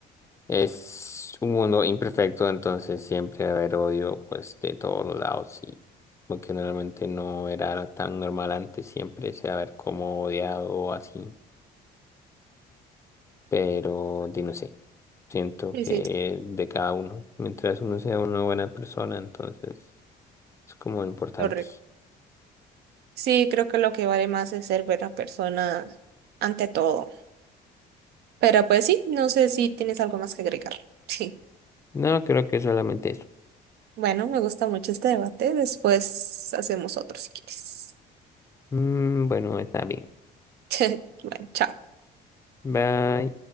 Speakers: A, on the left; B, on the right.
A: Es un mundo imperfecto, entonces siempre va a haber odio, pues, de todos los lados, y lo que normalmente no era tan normal antes, siempre se va a ver como odiado o así, pero di no sé, siento
B: Sí,
A: que
B: sí,
A: de cada uno, mientras uno sea una buena persona, entonces es como importante.
B: correcto. Sí, creo que lo que vale más es ser buena persona ante todo. Pero pues sí, no sé si tienes algo más que agregar. Sí.
A: No, creo que solamente eso.
B: Bueno, me gusta mucho este debate. Después hacemos otro si quieres.
A: Mm, bueno, está bien.
B: <laughs> Bueno, chao.
A: Bye.